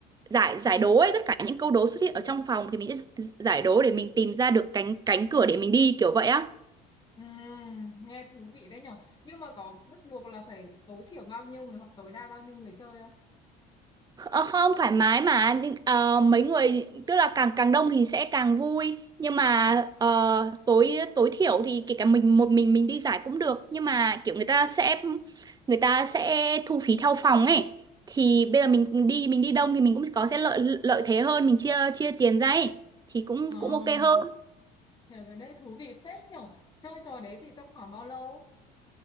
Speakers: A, on the right (about 20°); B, on the left (about 20°).
A: giải giải đố ấy tất cả những câu đố xuất hiện ở trong phòng thì mình sẽ giải đố để mình tìm ra được cánh cánh cửa để mình đi kiểu vậy á
B: Ừ, nghe thú vị đấy nhở? Nhưng mà có bắt buộc là phải tối thiểu bao nhiêu người hoặc tối đa bao nhiêu người chơi không?
A: Ờ, không thoải mái mà Nhưng, ờ, mấy người tức là càng càng đông thì sẽ càng vui nhưng mà ờ, tối tối thiểu thì kể cả mình một mình mình đi giải cũng được nhưng mà kiểu người ta sẽ người ta sẽ thu phí theo phòng ấy thì bây giờ mình đi mình đi đông thì mình cũng có sẽ lợi lợi thế hơn mình chia chia tiền ra ấy thì cũng
B: Ờ,
A: cũng ok hơn
B: hiểu rồi đấy, thú vị phết nhở? Chơi trò đấy thì trong khoảng bao lâu?